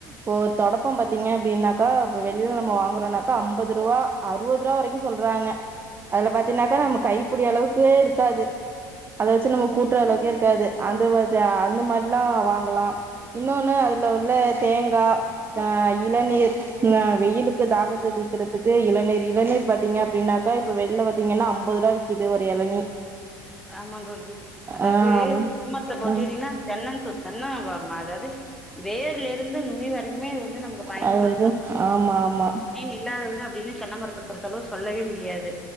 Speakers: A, on the right; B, in the centre.
A: ப்போ தொடப்பொம் பாத்தீங்க அப்டின்னாக்கா ப்ப வெளில நம்ம வாங்குறோன்னாக்கா அம்பதுருவா அறுவதுரா வரைக்கு சொல்றாங்க அதுல பாத்தீன்னாக்க நம்ம கைப்புடி அளவுக்கே இருக்காது அத வச்சு நம்ம கூட்டுற அளவுக்கே இருக்காது அந்து வதுஅந்த மாரிலா வாங்கலா இன்னொன்னு அதுல உள்ள தேங்கா த இளநீர் ந வெயிலுக்கு தாகத்த தீக்குறதுக்கு இளநீர் இளநீர் பாத்தீங்க அப்படின்னாக்கா ப்ப வெள்ல பாத்தீங்கன்னா அம்பதுரூவா விக்குது ஒரு எளனி
B: ஆமாந்தோழி அதாது
A: ஆ
B: ஏமாத்த பாத்திட்டின்னா
A: ம்
B: தென்னந்த்து தென்ன வ அதாது வேர்லேருந்து நுனி வரைக் குமே இது வந்து நமக்கு பயனுள்ளதுதா
A: அது வந்து ஆமா ஆமா
B: பயின் இல்லாதது அப்டின்னு தென்னமரத்தப் பொறுத்தளவு சொல்லவே முடியாது